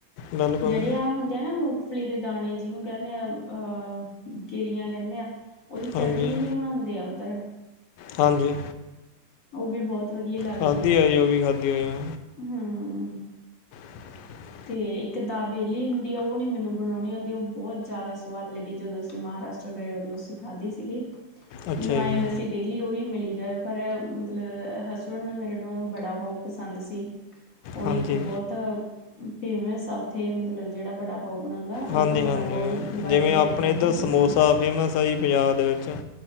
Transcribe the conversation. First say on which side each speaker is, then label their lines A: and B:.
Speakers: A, on the left (about 80°); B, on the left (about 50°).
A: ਬਿਲਕੁਲ
B: ਜਿਹੜੇ ਆਹ ਹੁੰਦੇ ਆ ਨਾ ਮੂੰਗ ਮੂਫਲੀ ਦੇ ਦਾਣੇ ਜਿਹਨੂੰ ਕਹਿੰਦੇ ਆ ਅਹ ਗਿਰੀਆਂ ਕਹਿੰਦੇ ਆ। ਉਹਦੀ ਚਟਨੀ
A: ਹਾਂਜੀ
B: ਵੀ ਬਣਾਉਂਦੇ ਆ ਉੱਧਰ।
A: ਹਾਂਜੀ,
B: ਉਹ ਵੀ ਬਹੁਤ ਵਧੀਆ ਲੱਗਦੀ
A: ਖਾਧੀ ਆ ਜੀ ਉਹ ਵੀ ਖਾਧੀ ਆ ਜੀ ਮੈਂ।
B: ਹੂੰ,
A: <inaudible>
B: ਤੇ ਇੱਕ ਦਾਬੇਲੀ ਹੁੰਦੀ ਆ ਉਹ ਨੀ ਮੈਨੂੰ ਬਣਾਉਣੀ ਆਉਂਦੀ ਉਹ ਬਹੁਤ ਜ਼ਿਆਦਾ ਸਵਾਦ ਲੱਗੀ, ਜਦੋਂ ਅਸੀਂ ਮਹਾਰਾਸ਼ਟਰ ਗਏ ਔ ਜੋ ਅਸੀਂ ਖਾਧੀ ਸੀਗੀ,
A: ਅੱਛਾ
B: ਮੈਨੂੰ
A: ਜੀ
B: ਆਏਂ ਹੁੰਦਾ ਸੀ ਡੇਲੀ ਉਹੀ ਮਿਲੀ ਜਾਵੇ ਪਰ ਮਤਲਬ ਅਹ ਹਸਬੈਂਡ ਨੂੰ ਮੇਰੇ ਨੂੰ ਬੜਾ ਪੳ ਪਸੰਦ ਸੀ। ਉਹ
A: ਹਾਂਜੀ
B: ਇੱਕ ਬਹੁਤ ਅ ਫੇਮਸ ਆ ਉੱਥੇ ਮਤਲਬ ਜਿਹੜਾ ਬੜਾ ਪਾਓ ਬਣਾਉਂਦਾ ਉਹ
A: ਹਾਂਜੀ-ਹਾਂਜੀ,
B: ਤੋਂ ਬੜਾ ਪਾਓ ਬੜਾ
A: ਜਿਵੇਂ
B: ਹੀ ਲੈ
A: ਆਪਣੇ
B: ਕੇ ਆਉਂਦੇ
A: ਇੱਧਰ
B: ਹੁੰਦੇ
A: ਸਮੋਸਾ
B: ਸੀ
A: ਫੇਮਸ ਆ ਜੀ ਪੰਜਾਬ ਦੇ ਵਿੱਚ।